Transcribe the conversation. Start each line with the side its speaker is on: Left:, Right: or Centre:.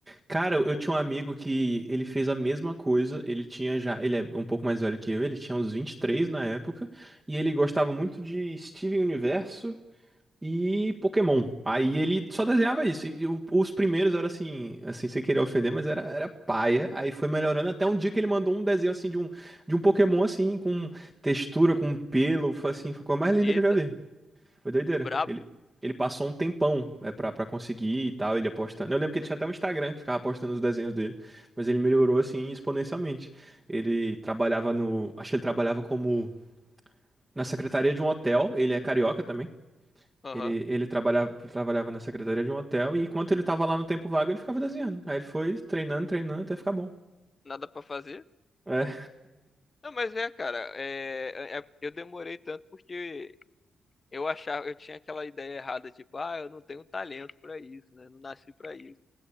Right: Cara, eu tinha um amigo que ele fez a mesma coisa. Ele tinha já. Ele é um pouco mais velho que eu. Ele tinha uns 23 na época. E ele gostava muito de Steven Universo e Pokémon. Aí ele só desenhava isso. E o- os primeiros eram assim, assim, sem querer ofender, mas era, era paia. Aí foi melhorando até um dia que ele mandou um desenho assim de um, de um Pokémon assim, com textura, com pelo, foi assim, foi a coisa mais linda
Left: Eita,
Right: que eu já vi. Foi doideira.
Left: brabo.
Right: Ele, ele passou um tempão é, pra, pra conseguir e tal, ele apostando. Eu lembro que ele tinha até um Instagram, que ficava postando os desenhos dele, mas ele melhorou assim exponencialmente. Ele trabalhava no, acho que ele trabalhava como na secretaria de um hotel, ele é carioca também.
Left: Aham,
Right: Ele, ele trabalhava, trabalhava na secretaria de um hotel e enquanto ele tava lá no tempo vago, ele ficava desenhando. Aí ele foi treinando, treinando até ficar bom.
Left: nada pra fazer.
Right: É.
Left: Não, mas é, cara, é, é- é, eu demorei tanto porque eu achava, eu tinha aquela ideia errada, tipo, ah, eu não tenho talento pra isso, né? Não nasci pra isso.